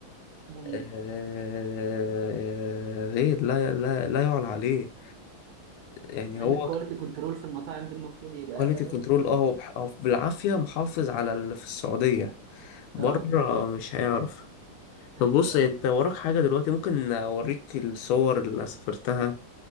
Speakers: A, on the right; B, on the left.
A: مم.
B: آه، غير لا لا لا يعلى عليه يعني
A: مع
B: هو
A: ان الكواليتي كنترول في المطاعم دي المفروض يبقى
B: كواليتي
A: فاهم
B: كنترول اه هو بح- هو بالعافية محافظ على اللي في السعودية بره
A: اه
B: مش هيعرف
A: ايوه
B: طب بص
A: ايوه
B: انت وراك حاجة دلوقتي ممكن اوريك الصور اللي أنا سافرتها